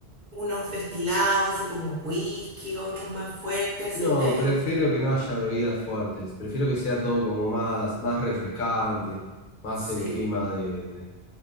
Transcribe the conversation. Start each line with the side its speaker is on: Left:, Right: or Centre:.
Right: unos destilados así como whisky, otros más fuertes, así
Left: No,
Right: te...
Left: prefiero que no
Right: ¿no?
Left: haya bebidas fuertes. Prefiero que sea todo como más, más refrescante, más
Right: Sí.
Left: en clima de, de-